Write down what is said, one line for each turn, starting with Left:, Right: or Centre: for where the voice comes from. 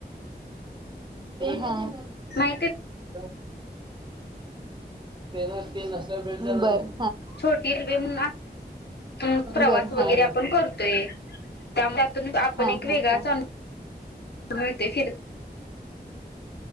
Right: हा
Left: नाय ते
Right: कवा त्यानंचं केल <unintelligible> बरं
Left: छोटी रिबीन म्हणा हम प्रवास
Right: बर हा
Left: वगैर
Right: काय नसते
Left: आपण करतोय त्या त्यातून आपण
Right: हा
Left: एक
Right: हा
Left: वेगळाच
Right: हा
Left: अनुभ हं फीर-